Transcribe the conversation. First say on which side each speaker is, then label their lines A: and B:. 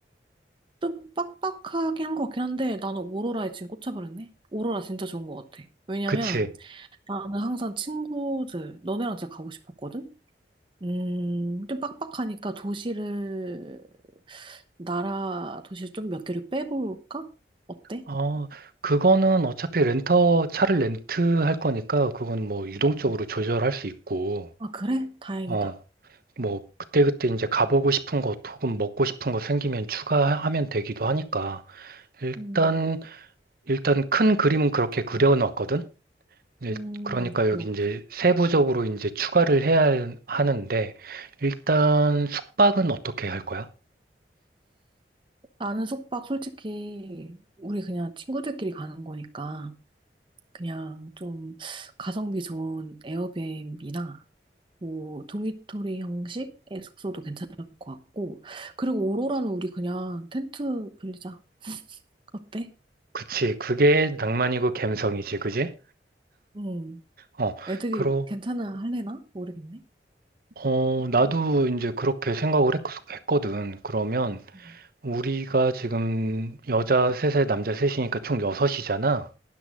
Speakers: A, on the right (about 30°); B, on the right (about 55°).
A: 좀 빡빡하게 한 것 같긴 한데 나는 오로라에 지금 꽂혀버렸네. 오로라 진짜 좋은 것 같아. 왜냐면
B: 그치?
A: 나는 항상 친구들, 너네랑 진짜 가고 싶었거든? 음, 좀 빡빡하니까 도시를, 나라 도시를 좀 몇 개를 빼볼까? 어때?
B: 어, 그거는 어차피 렌터, 차를 렌트할 거니까, 그건 뭐 유동적으로
A: 음.
B: 조절할 수 있고,
A: 아, 그래? 다행이다.
B: 어, 뭐, 그때그때 이제 가보고 싶은 것 혹은 먹고 싶은 거 생기면 추가하면 되기도 하니까, 일단,
A: 음,
B: 일단 큰 그림은 그렇게 그려놨거든? 일-
A: 음,
B: 그러니까
A: 오케이,
B: 여기
A: 오케이.
B: 이제 세부적으로 이제 추가를 해야 할- 하는데, 일단 숙박은 어떻게 할 거야?
A: 나는 숙박 솔직히 우리 그냥 친구들끼리 가는 거니까. 그냥 좀 가성비 좋은 에어비앤비나 뭐 도미토리 형식의 숙소도 괜찮을 것 같고 그리고 오로라는 우리 그냥 텐트 빌리자. 어때?
B: 그치, 그게 낭만이고 갬성이지, 그지?
A: 응.
B: 어,
A: 애들이
B: 그러,
A: 괜찮아 할래나? 모르겠네.
B: 어, 나도 이제 그렇게 생각을 했, 거든 그러면
A: 음.
B: 우리가 지금 여자 셋에 남자 셋이니까 총 여섯이잖아.